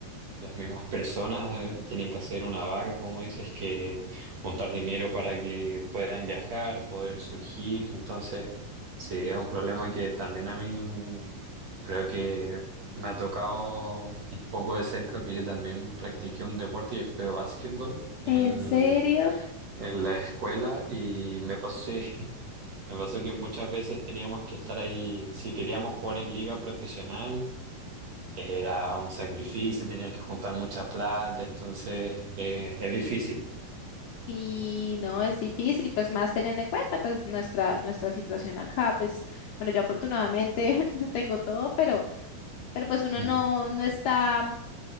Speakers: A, on the right; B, on the left.
A: las mismas personas, eh, tienen que hacer una vaca, como dices, que juntar dinero para que puedan viajar, poder surgir, entonces, sí, es un problema que también a mí Creo que me ha tocado un poco de cerca que yo también practiqué un deporte y fue básquetbol en,
B: ¿En serio?
A: en la escuela y me pasé, <laughs> me pasó que muchas veces teníamos que estar ahí, si queríamos jugar en liga profesional, era un sacrificio, tenían que juntar mucha plata, entonces eh, es difícil.
B: Y no, es difícil, y pues más teniendo en cuenta pues nuestra, nuestra situación acá, pues bueno, yo afortunadamente <laughs> lo tengo todo, pero, pero pues
A: <clears throat>
B: uno no, no está,